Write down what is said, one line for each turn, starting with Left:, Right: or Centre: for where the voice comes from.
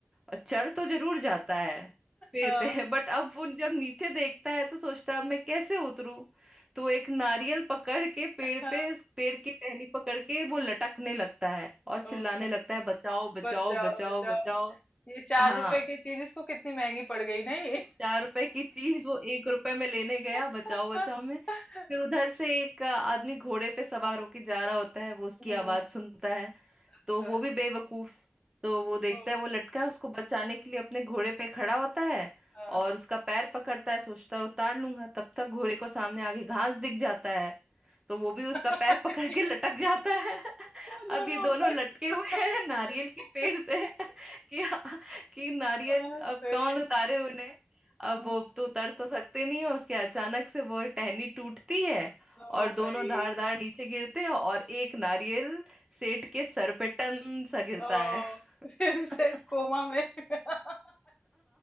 Right: और चढ़ तो जरूर जाता है पेड़
Left: हाँ
Right: पे <laughs> बट अब वो जब नीचे देखता है तो सोचता है अब मैं कैसे उतरूं तो वो एक नारियल पकड़ के पेड़
Left: हाँ,
Right: पे उस पेड़ की टहनी पकड़ के वो लटकने लगता है और चिल्लाने
Left: ओ
Right: लगता है बचाओ बचाओ
Left: बचाओ
Right: बचाओ
Left: बचाओ
Right: बचाओ
Left: ये चार
Right: हाँ
Left: रुपए की चीज इसको कितनी महंगी पड़ गई नहीं
Right: चार रुपए की चीज वो एक रुपए में लेने गया
Left: <laughs>
Right: बचाओ बचाओ में फिर उधर से एक आदमी घोड़े पे सवार होके जा रहा होता है वो उसकी
Left: हम्म,
Right: आवाज सुनता है
Left: अच्छा
Right: तो वो भी बेवकूफ तो वो देखता
Left: ओ
Right: है वो लटका है उसको बचाने के लिए अपने घोड़े पे खड़ा होता है
Left: हाँ
Right: और उसका पैर पकड़ता है सोचता है उतार लूंगा तब
Left: हम्म।
Right: तक घोड़े को सामने आगे घास दिख जाता है तो वो भी उसका
Left: <laughs>
Right: पैर पकड़ के लटक जाता है <laughs>
Left: वो दोनों
Right: अब ये दोनों
Left: ऊपर
Right: लटके हुए हैं नारियल
Left: <laughs>
Right: के पेड़ से <laughs> कि हाँ, कि नारियल
Left: हाँ सही
Right: अब कौन
Left: है
Right: उतारे उन्हें अब
Left: हम्म,
Right: वो तो उतर तो सकते नहीं है उसके अचानक से वो टहनी टूटती है
Left: ओ
Right: और दोनों
Left: भाई
Right: धार धार नीचे गिरते हैं और एक नारियल सेठ के सर पे टन सा गिरता
Left: ओह!
Right: है
Left: <laughs> फिर
Right: <laughs>
Left: सेठ कोमा में <laughs>